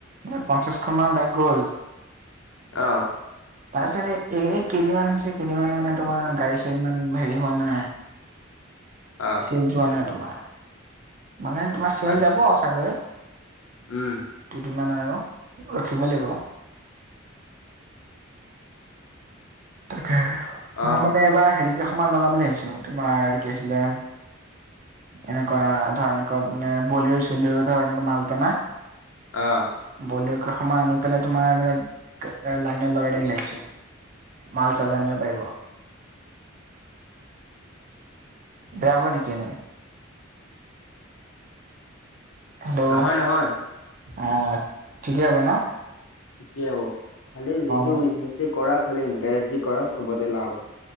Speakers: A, on the right; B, on the left.
A: দে পঞ্চিছখন মান বাইক গ'ল।
B: অ।
A: তাৰ পিছত এই কেইদিন মান হৈছে। মই মানে তোমাৰ গাড়ী চাড়ী ইমান হেৰি হোৱা নাই।
B: অ
A: যোৱা নাই তোমাৰ মানে তোমাৰ চেল
B: আচ্ছা
A: যাব চাগৈ।
B: উম
A: দুদিনমান আৰু ৰখিব লাগিব। তাকে
B: অ
A: মই মানে এবাৰ হেৰি কেইখনমান লগাম বুলি ভাৱিছো তোমাৰ কি আছিলে। এনেকুৱা ধৰ মানে বল চল ধৰ মাল টনা।
B: অ।
A: বলেৰো কেইখনমান আনি পেলাই তোমাৰ লাইনত লগাই দিম ভাৱিছো। মাল চাল টানিব পাৰিব। বেয়া হব নেকি এনেই? হেল্ল'
B: নহয় নহয়
A: অঁ ঠিকেই হ'ব ন?
B: ঠিকেই হ'ব খালী যিটো
A: অ
B: বিজনেচে কৰা খালী ইন্টাৰেষ্ট দি কৰা চবতে লাভ আছে।